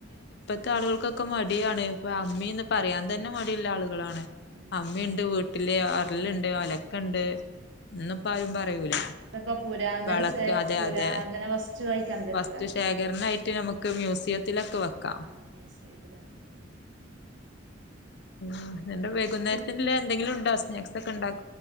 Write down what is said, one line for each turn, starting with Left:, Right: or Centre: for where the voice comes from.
Left: ഇ ആളുകൾക്കൊക്കെ മടിയാണ്
Right: ആഹ്
Left: ത്തളുകൾക്കൊ മടിയാണ്ഇ-പ്പൊ അമ്മിന്ന്
Right: ആഹ്
Left: പറയാൻ തന്നെ മടിള്ള ആളുകളാണ്
Right: അതാണ് ഉം
Left: അമ്മിയുണ്ട് വീ വീട്ടില് അറളുണ്ട് അലക്കുണ്ട്
Right: ആഹ്
Left: എന്നപ്പയും പറ യൂല
Right: അതൊക്കെ പുരാതന
Left: വളക്ക്
Right: സേ
Left: അതെ
Right: പുരാതന
Left: അതെ
Right: വസ്തുവായി കണ്ടിട്ടില്ലാർക്കിപ്പൊ
Left: വസ്തു ശേഖരണായിട്ട് നമുക്ക് മ്യൂസിയത്തിലൊക്കെ വെക്കാം
Right: ആഹ് മ്യൂസിയത്തിലൊക്കെ
Left: ആനിന്റെ
Right: പിന്നെ
Left: വൈകുന്നേരത്തി
Right: എന്തൊക്കെ
Left: എന്തെങ്കിലും ഉണ്ടോ സ്നാക്സ് ഒക്കെ ഉണ്ടാക്കോ